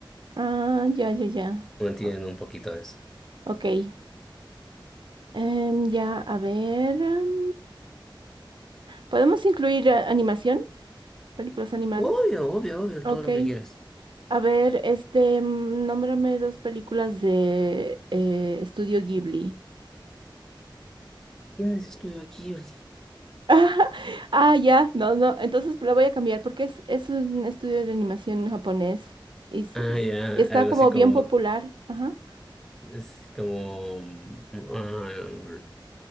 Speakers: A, on the right (about 70°); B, in the centre.
A: Ah, ya, ya, ya.
B: Mantienen
A: O-
B: un poquito de eso.
A: Ok. Em, ya, a ver. em, ¿podemos incluir eh, animación? ¿Películas animadas?
B: Obvio, obvio, obvio,
A: Ok.
B: todo lo que quieras.
A: A ver, este, mm, nómbrame dos películas de eh, Estudio Ghibli.
B: ¿Quién es Estudio Ghibli?
A: <laughs> Ah, ya, no, no, entonces la voy a cambiar porque es, es un estudio de animación japonés y, s-
B: Ah,
A: y s-
B: ya,
A: está
B: algo
A: como
B: así como...
A: bien popular. Ajá.
B: Es como... mm, ah,